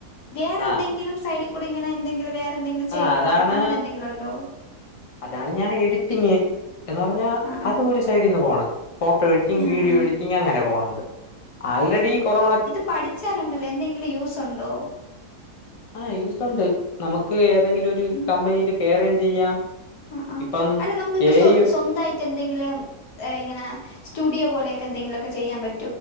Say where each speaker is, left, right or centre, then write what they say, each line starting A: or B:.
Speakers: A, on the left (about 80°); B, on the left (about 30°).
A: വേറന്തെങ്കിലും
B: ആഹ്
A: സൈഡി കൂടെ ഇങ്ങന എന്തെങ്കിലും വേറന്തെങ്കിലും ചെയ്യണം
B: ആഹ് അതാണ്
A: അങ്ങനന്തെങ്കിലും ഒണ്ടോ
B: അതാണ് ഞാ എഡിറ്റിംഗ് എന്ന് പറഞ്ഞാ
A: ആ ആ
B: അത് ഒര് സൈഡിന്ന് പോണ് ഫോട്ടോ എഡ്റ്റിംഗ്
A: ആ
B: വീഡിയോ
A: ആ
B: എഡ്റ്റിംഗ് അങ്ങന പോൺണ്ട് ആൾറെഡി കൊറോണ
A: പഠ്ച്ചാലൊണ്ടല്ലോ എന്തെങ്കിലും യൂസൊണ്ടോ
B: ആഹ് യൂസൊണ്ട് നമക്ക് ഏതെങ്കിലൊര്
A: ഉം,
B: കമ്പനീല് കെറെം ചെയ്യാം
A: ആ ആഹ്
B: ഇപ്പം
A: അല്ല നമുക്കിപ്പ
B: എ
A: സൊ
B: ഐ
A: സ്വന്തായ് ട്ടെന്തങ്കിലും എ ഇങ്ങന സ്റ്റുഡിയോ പോലെക്ക എന്തങ്കിലൊക്ക ചെയ്യാം പ